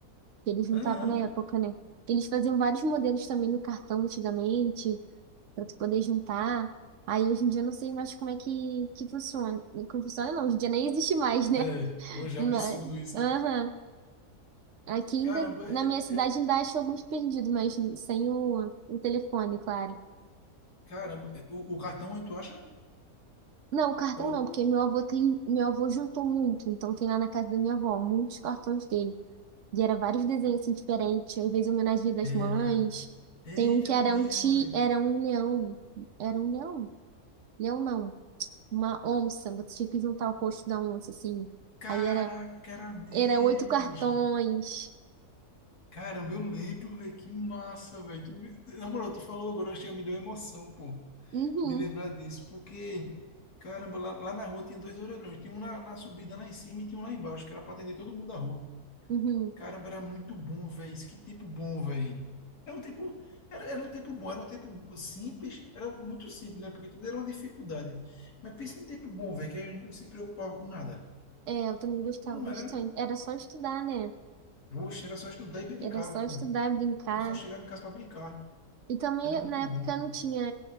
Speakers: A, on the right; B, on the left.
A: que ele juntava
B: Aham.
A: na época, né? Eles faziam vários modelos também no cartão antigamente para tu poder juntar. Aí hoje em dia eu não sei mais como é que, que funciona. Como funciona não, hoje em dia nem existe mais, né?
B: É,
A: <laughs>
B: hoje é
A: Mas,
B: absurdo isso.
A: aham. Aqui ainda,
B: Caramba,
A: na
B: é-
A: minha cidade
B: é-
A: ainda acho alguns perdidos, mas sem o, o telefone, claro.
B: caramba, é, o, o cartão, hein, tu acha?
A: Não, o cartão
B: Ou.
A: não, porque meu avô tem, meu avô juntou muito, então tem lá na casa da minha avó muitos cartões dele. E era vários desenhos assim diferentes, às vezes homenagem das mães.
B: Era. Eita,
A: Tem um que
B: era
A: era
B: mesmo,
A: um ti,
B: velho.
A: era um leão, era um leão, leão não. uma onça, você tinha que juntar o rosto da onça, assim.
B: Caraca,
A: Aí era,
B: era mesmo,
A: era oito cartões.
B: bicho. Caramba, eu lembro, velho, que massa, velho. Tu me- Na moral, tu falou agora, chega, me deu emoção, pô.
A: Uhum,
B: de lembrar disso, porque, caramba, lá, lá na rua tinha dois orelhões, tinha um na, na subida lá em cima e tinha um lá embaixo, que era para atender todo mundo da rua.
A: uhum.
B: Caramba, era muito bom, velho. Isso que tempo bom, velho. Era um tempo, era, era um tempo bom, era um tempo simples, era muito simples, né? Porque tudo era uma dificuldade. Mas pensa num tempo bom, velho, que a gente não se preocupava com nada.
A: É, é, eu também gostava
B: Não
A: bastante.
B: era,
A: Era só estudar, né?
B: oxe, era só estudar e brincar,
A: Era só
B: pô.
A: estudar, brincar.
B: Eu só chegava em casa para brincar.
A: E também,
B: Era muito
A: na
B: bom.
A: época, não tinha,